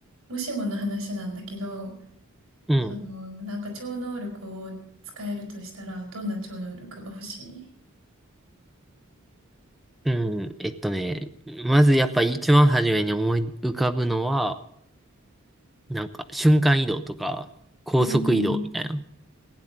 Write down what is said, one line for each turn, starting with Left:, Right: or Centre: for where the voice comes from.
Right: もしもの話なんだけど、
Centre: うん。
Right: その、なんか超能力を使えるとしたら、どんな超能力が欲しい
Centre: うん。えっとね、まずやっぱ一番初めに思い浮かぶのは、なんか瞬間移動とか高速移動みたいな。
Right: うん、